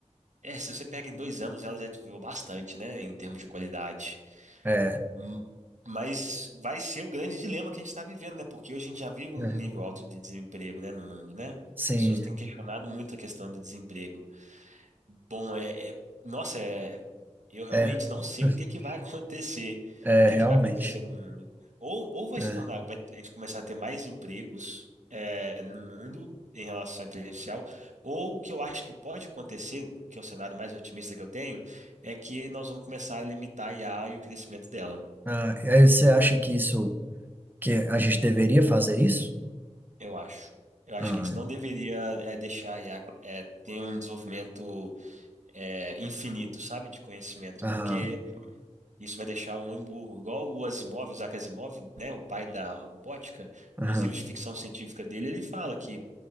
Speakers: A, on the right (about 85°); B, on the right (about 15°).
A: é, se você pega em dois anos, ela já desenvolveu bastante, né? Em termos de qualidade.
B: É,
A: Hum, Mas vai ser o grande dilema que a gente está vivendo, né? Porque hoje a gente já vive um
B: é,
A: nível alto de desemprego, né, no mundo, né?
B: sim,
A: As pessoas têm questionado muito a questão do desemprego. Bom, é, é- nossa, é, eu realmente
B: é,
A: não sei
B: <laughs>
A: o que que vai <laughs> acontecer,
B: é,
A: o que
B: realmente.
A: que vai acontecer no mundo. Ou, ou vai
B: É.
A: se tornar, vai a gente começar a ter mais empregos, é, no mundo em relação à inteligência artificial, ou o que eu acho que pode acontecer, que é o cenário mais otimista que eu tenho, é que nós vamos começar a limitar a IA e o crescimento dela.
B: Ah, e aí você acha que isso, que a gente deveria fazer isso?
A: Eu acho. Eu acho
B: Ah,
A: que a gente não deveria é, deixar a IA é, ter um desenvolvimento é, infinito, sabe, de conhecimento,
B: aham,
A: porque isso vai deixar um homem burro. Igual o Asimov, o Isaac Asimov, né, o pai da robótica,
B: aham,
A: nos livros de ficção científica dele, ele fala que